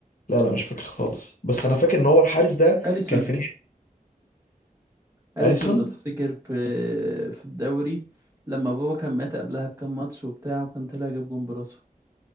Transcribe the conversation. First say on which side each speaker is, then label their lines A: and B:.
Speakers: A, on the left; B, on the right.
A: لا لا مش فاكر خالص بس انا فاكر ان هو الحارس ده
B: أليسون
A: كان في
B: كان
A: نادي
B: في أليسون
A: اليسون
B: لو أليسون تفتكر في في الدوري لما بابا كان مات قبلها بكام ماتش وبتاع وكان طلع جاب جون براسه